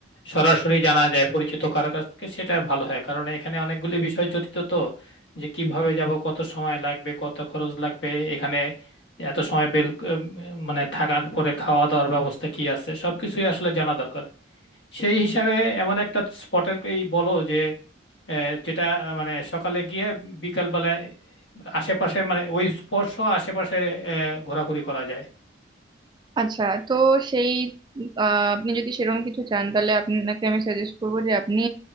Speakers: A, on the left (about 70°); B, on the right (about 25°).
A: সরাসরি জানা যায় পরিচিত কারো কাছ থেকে সেটা ভালো হয় কারণ এখানে অনেকগুলি বিষয় জড়িত তো যে কিভাবে যাব কত সময় লাগবে কত খরচ লাগবে এখানে এত সময় বেল উম, মানে থাকার পরে খাওয়া দাওয়ার ব্যবস্থা কি আছে সবকিছুই আসলে জানা দরকার সেই হিসাবে এমন একটা স্পটের বলো যে আহ, যেটা মানে সকালে গিয়ে বিকাল বেলায় আশেপাশে মানে ওই স্পর্শ আশেপাশে আহ, ঘোরাঘুরি করা যায়
B: আচ্ছা তো সেই আহ, আপনি যদি সেরম কিছু চান তাহলে আপনাকে আমি সাজেস্ট করবো যে আপনি